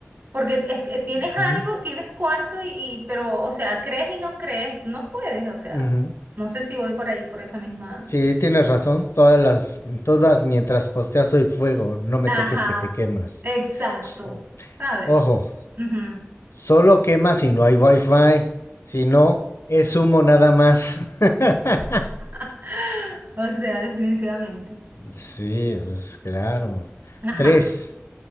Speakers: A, on the right (about 50°); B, on the left (about 85°).
A: porque es que tienes algo,
B: Ujú.
A: tienes cuarzo y, y- pero, o sea, crees y no crees, no puedes, o sea,
B: Ujú.
A: no sé si voy por ahí, por esa misma.
B: Sí, tienes razón. Todas las, todas mientras posteas soy fuego. No me
A: Ajá,
B: toques que te quemas.
A: exacto,
B: S-
A: ¿sabes?
B: Ojo,
A: Ujú.
B: solo quema si no hay wifi. Si no, es humo nada más. <laughs>
A: <gasps> O sea, definitivamente.
B: Sí, pues claro.
A: Ajá.
B: Tres.